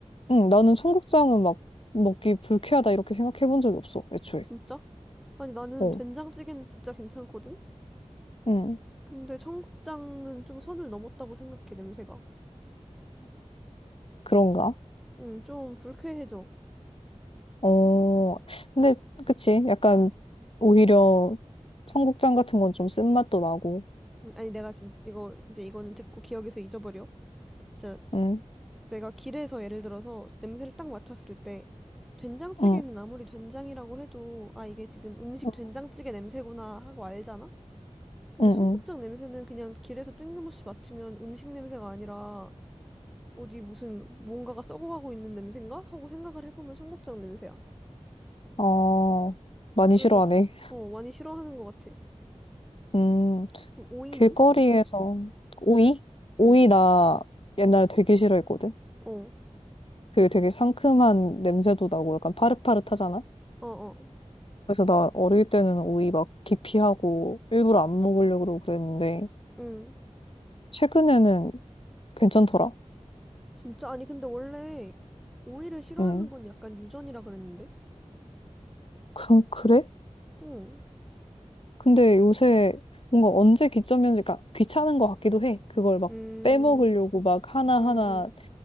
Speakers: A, on the left; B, in the centre.
A: 응, 나는 청국장은 막 먹기 불쾌하다 이렇게 생각해 본 적이 없어, 애초에.
B: 진짜? 아니, 나는
A: 어,
B: 된장찌개는 진짜 괜찮거든?
A: 응,
B: 근데 청국장은 좀 선을 넘었다고 생각해, 냄새가.
A: 그런가?
B: 응, 좀 불쾌해져.
A: 어, 근데, 그치. 약간, 오히려 청국장 같은 건 좀 쓴맛도 나고,
B: 음, 아니, 내가 진, 이거, 이제 이거는 듣고 기억에서 잊어버려. 진짜
A: 응,
B: 내가 길에서 예를 들어서 냄새를 딱 맡았을 때 된장찌개는
A: 응,
B: 아무리 된장이라고 해도 아, 이게 지금 음식
A: 응,
B: 된장찌개 냄새구나 하고 알잖아? 근데
A: 응.
B: 청국장 냄새는 그냥 길에서 뜬금없이 맡으면 음식 냄새가 아니라 어디 무슨 뭔가가 썩어가고 있는 냄새인가? 하고 생각을 해보면 청국장 냄새야.
A: 응. 어, 많이
B: 그래서
A: 싫어하네.
B: 어 많이 싫어하는 것 같아.
A: 음.
B: 그럼 오이는?
A: 길거리에서 오이? 오이
B: 응.
A: 나 옛날에 되게 싫어했거든.
B: 어.
A: 그 되게 상큼한 냄새도 나고 약간 파릇파릇하잖아?
B: 어 어.
A: 그래서 나 어릴 때는 오이 막 기피하고 일부러 안 먹으려고 그러고 그랬는데
B: 응.
A: 최근에는 괜찮더라.
B: 진짜 아니 근데 원래 오이를 싫어하는
A: 응.
B: 건 약간 유전이라 그랬는데.
A: 그럼 그래?
B: 응.
A: 근데 요새 뭔가 언제 기점이었는지 그러니까 귀찮은 것 같기도 해. 그걸 막
B: 음.
A: 빼먹으려고 막 하나하나
B: 음.